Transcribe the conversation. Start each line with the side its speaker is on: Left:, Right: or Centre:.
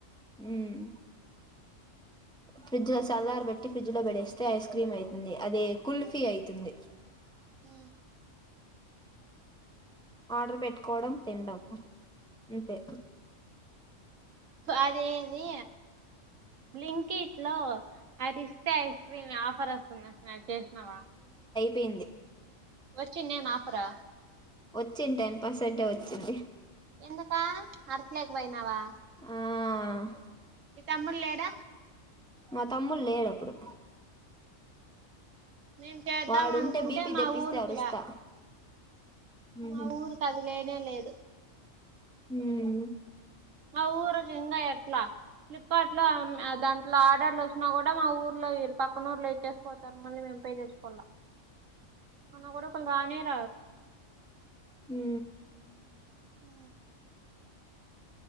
Centre: ఉమ్ ఫ్రిడ్జ్ లో సలార్బేటీ ఫ్రిడ్జ్ లో పెడేస్తే ఐస్ క్రీమ్ అవుతుంది అదే కుల్ఫీ అవుతుంది
Right: అ
Centre: ఆర్డర్ పెట్టుకోవడం తిండం అంతే
Right: అదేది బ్లైంక్ కిట్ లో అది ఇస్తే ఐస్ క్రీమ్ ఆఫర్ వస్తుందంట్నారు చేసిన్వా
Centre: పింది
Right: వచ్చింనే ఆఫరు
Centre: వచ్చింది టెన్ పర్సెంటే వచ్చింది
Right: ఎందుక అర్చలేకపోయినావా
Centre: ఆ
Right: తమ్ముడ్లేడ
Centre: మా తమ్ముడు లేడప్పుడు
Right: మేం చేద్దాం
Centre: వాడుంటే
Right: అనుకుంటే
Centre: బీపీ
Right: మా
Centre: తెప్పిస్తే
Right: ఊరుకిలా
Centre: అరుస్తా ఉహు
Right: మా ఊరుకి అది లేనే లేదు
Centre: ఉమ్
Right: మా ఊరుకి ఇంక ఎట్లా ఫ్లిప్కార్ట్ లో దాంట్లో ఆర్డర్లు వచ్చినా కూడా మా ఊర్లో మీర్ పక్కన నూర్లే ఇచ్చేసిపోతారు మళ్ళీ మేము పే చేస్కోలా అన్నా కూడా ఒక్కల్ రానే రారు
Centre: హ
Right: ఆ